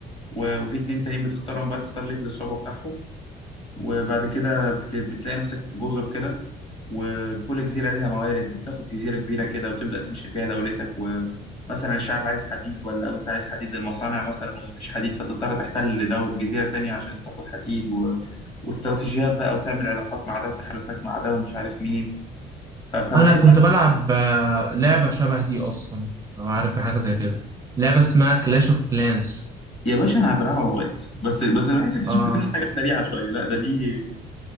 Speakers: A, on the left; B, on the right.
A: و- وفي اتنين تانيين بتختارهم بقى تختار ليفل الصعوبه بتاعهم وبعد كده بت- بتلاقي نفسك في جزر كده وكل جزيرة ليها موارد بتاخد جزيرة كبيرة كده وتبدأ تنشئ فيها دولتك ومثلا الشعب عايز حديد ولا أنت عايز حديد للمصانع مثلا ومفيش حديد فتضطر تحتل دو جزيرة تانية عشان تاخد حديد و... واستراتيجيات بقى وتعمل علاقات مع ده وتحالفات مع ده ومش عارف مين ف... فبحب
B: انا كنت
A: أنا
B: بلعب
A: الجو.
B: آه، لعبه شبه دي اصلا لو عارف بحاجه زي كده لعبه اسمها كلاش اوف كلانس
A: يا باشا أنا بلعب على الموبايل بس بس أنا بحس كده
B: اه
A: شكلها مش حاجة سريعة شوية لا ده دي